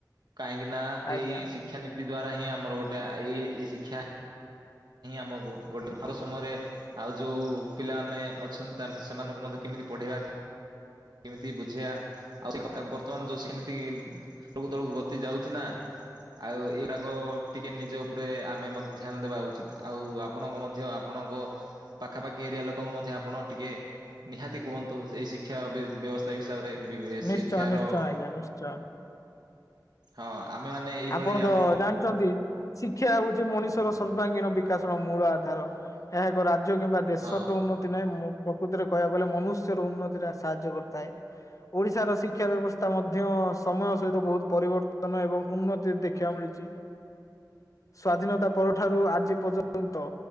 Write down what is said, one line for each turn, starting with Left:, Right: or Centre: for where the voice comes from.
Right: କାହିଁକି ନା
Left: ଆଜ୍ଞା
Right: ଏଇ
Left: ଆଜ୍ଞା
Right: ଶିକ୍ଷା ନୀତି ଦ୍ଵାରା ହିଁ ଆମର ଗୋଟେ ଏଇ-ଏଇ ଶିକ୍ଷା ଆମକୁ ଗୋଟେ <unintelligible> ସମୟରେ ଆଉ ଯୋଉ ପିଲାମାନେ ଅଛନ୍ତି ସେମାନଙ୍କୁ ମଧ୍ୟ କେମିତି ପଢେଇବା। କେମିତି ବୁଝେଇଆ, ଆଉ ବର୍ତ୍ତମାନ୍ ଯୋଉ ସେମିତି ତଳକୁ ତଳକୁ ଗତି ଯାଉଚି ନା। ଆଉ ଏଇଗୁଡ଼ାକ ଟିକେ ନିଜ ଉପରେ ଆମେ ମଧ୍ୟ ଧ୍ୟାନ ଦେବା ଉଚିତ୍, ଆଉ ଆପଣଙ୍କୁ ମଧ୍ୟ ଆପଣଙ୍କ ପାଖାପାଖି ଏରିଆ ଲୋକଙ୍କୁ ମଧ୍ୟ ଆପଣ ଟିକେ ନିହାତି କୁହନ୍ତୁ, ଏଇ ଶିକ୍ଷା ବି ବ୍ୟବସ୍ଥା ହିସାବରେ ବି ଏ
Left: ନିଶ୍ଚୟ
Right: ଶିକ୍ଷାର
Left: ନିଶ୍ଚୟ ଆଜ୍ଞା ନିଶ୍ଚୟ।
Right: ହଁ ଆମେ ମାନେ ଏଇଭଳି
Left: ଆପଣ ତ
Right: ଆମ
Left: ଜାଣିଚନ୍ତି ଶିକ୍ଷା ହଉଚି ମଣିଷର ସର୍ବାଙ୍ଗୀନ ବିକ୍ ବିକାସର ମୂଳ ଆଧାର, ଏହାକୁ ରାଜ୍ୟ କିମ୍ବା ଦେଶର
Right: ହଁ
Left: ଉନ୍ନତି ନାହିଁ, ପ୍ରକୃତରେ କହିଆକୁ ଗଲେ ମନୁଷ୍ୟର ଉନ୍ନତିରେ ସାହାଯ୍ୟ କରିଥାଏ। ଓଡିଶାର ଶିକ୍ଷା ବ୍ୟବସ୍ଥା ମଧ୍ୟ ସମୟ ସହିତ ବହୁତ୍ ପରିବର୍ତ୍ତନ ଏବଂ ଉନ୍ନତି ଦେଖିବାକୁ ମିଳିଚି। ସ୍ଵାଧୀନତା ପରଠାରୁ ଆଜି ପର୍ଯ୍ୟନ୍ତ